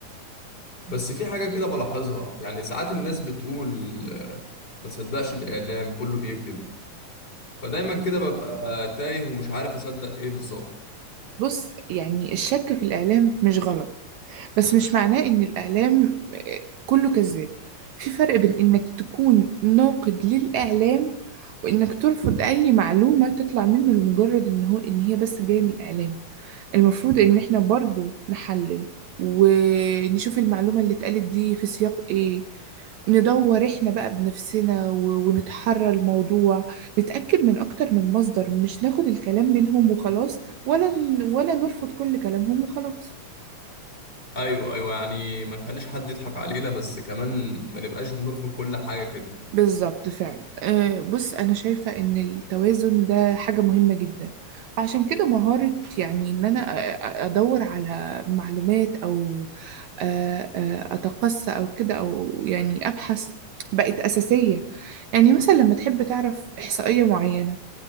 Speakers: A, on the left; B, on the right.
A: بس في حاجة كده بلاحظها يعني ساعات الناس بتقول آه، ما تصدقش الإعلام كله بيكذب فدايما كده ببقى تايه ومش عارف أصدق إيه بالظبط
B: بص يعني الشك في الاعلام مش غلط بس مش معناه إن الإعلام كله كذاب في فرق بين إنك تكون ناقد للإعلام وإنك ترفض أي معلومة تطلع منه لمجرد إن هو إن هي بس جاية من الإعلام المفروض إن إحنا برضو نحلل ونشوف المعلومة اللي اتقالت دي في سياق إيه ندور إحنا بقى بنفسنا و- ونتحرى الموضوع نتأكد من أكتر من مصدر مش ناخد الكلام منهم وخلاص ولا ن- ولا نرفض كل كلامهم وخلاص
A: أيوه أيوه يعني ما نخليش حد يضحك علينا بس كمان ما نبقاش بنرفض كل حاجة كده
B: بالظبط فعلا أه بص أنا شايفة إن التوازن ده حاجة مهمة جدا عشان كده مهارة يعني إن أنا أ- أ- أدور على معلومات أو أ- أ- أتقصى أو كده أو يعني أبحث بقت أساسية يعني مثلا لما تحب تعرف إحصائية معينة